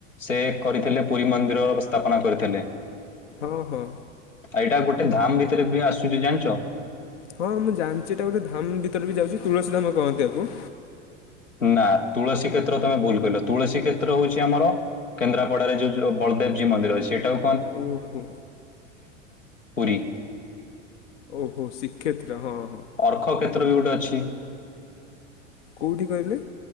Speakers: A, on the left; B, on the left.
A: ସେ କରିଥିଲେ ପୁରୀ ମନ୍ଦିର ସ୍ଥାପନା କରିଥିଲେ।
B: ଓହୋ।
A: ଆଉ ଏଇଟା ଗୋଟେ ଧାମ ଭିତରେ ବି ଆସୁଛି ଜାଣିଛ।
B: ହଁ ମୁଁ ଜାଣିଛି ଏଟା ଗୋଟେ ଧାମ ଭିତରେ ବି ଯାଉଛି ତୁଳସୀ ଧାମ କହନ୍ତି ଆକୁ।
A: ନା ତୁଳସୀ କ୍ଷେତ୍ର ତମେ ଭୁଲ କହିଲ ତୁଳସୀ କ୍ଷେତ୍ର ହଉଛି ଆମର କେନ୍ଦ୍ରାପଡାରେ ଯୋଉ ବଳଦେବଜୀଉ ମନ୍ଦିର ଅଛି ସେଇଟାକୁ
B: ଓହୋ।
A: ପୁରୀ
B: ଓହୋ ଶିକ୍ଷେତ୍ର ହଁ ହଁ।
A: ଅର୍କକ୍ଷେତ୍ର ବି ଗୋଟେ ଅଛି।
B: କୋଉଠି କହିଲେ